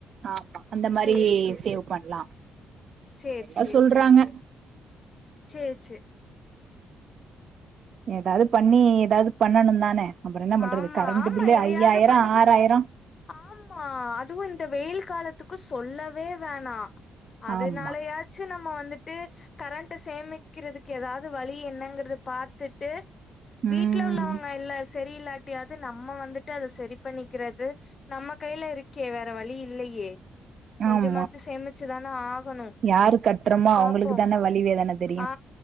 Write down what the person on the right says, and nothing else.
ஆமா
அந்த மாரி
சேவ் பண்லா
நெறைய
சொல்றாங்க
ஏதாது பண்ணி ஏதாது பண்ணணு தான அப்புறோ என்ன பண்றது
கரண்ட்
பில்லு
ஐயாயிரோ
ஆறாயிரோ
ஆமா
ம்
ஆமா
யாரு கட்றோமோ
அவுங்களுக்கு தான வலி வேதன தெரியு